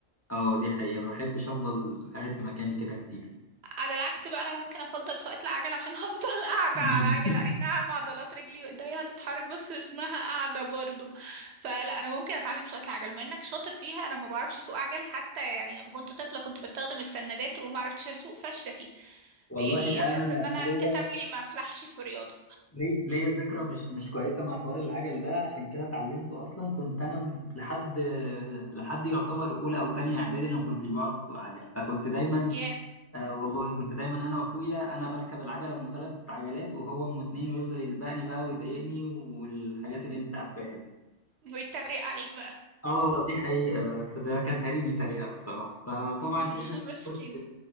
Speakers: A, on the left; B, on the right.
A: اه دي حقيقه ما بحبش افضل قاعد في مكاني كده كتير
B: على العكس بقى انا ممكن افضل سواقة العجل عشان <laughs> هفضل قاعدة
A: <laughs>
B: على العجلة اي نعم عضلات رجلي وايديا هتتحرك بس اسمها قاعدة برضو فلا انا ممكن اتعلم سواقة العجل ما انك شاطر فيها انا ما بعرفش اسوق عجل حتى يعني لما كنت طفلة كنت بستخدم السندات وما عرفتش اسوق فاشلة فيها
A: والله
B: يعني
A: ده
B: حاسة
A: انا
B: ان انا
A: انا ليا
B: انكتب لي ما افلحش في الرياضة
A: لي- ليا ذكرى مش مش كويسه مع حوار العجل ده عشان كده اتعلمته اصلا كنت انا م- لحد لحد يعتبر اولى او تانية اعدادي انا ما كنتش بعرف اسوق عجل فكنت دايما
B: ياه yeah.
A: آه والله كنت دايما انا واخويا انا بركب العجله ام ثلاث عجلات وهو ام اتنين ويفضل يسبقني بقى ويضايقني والحاجات اللي انت عارفاها دي
B: ويتريق عليك بقى
A: اه دي حقيقه ده كان هريني تريقه الصراحه فطبعا
B: <laughs>
A: ايه
B: مسكين
A: قلت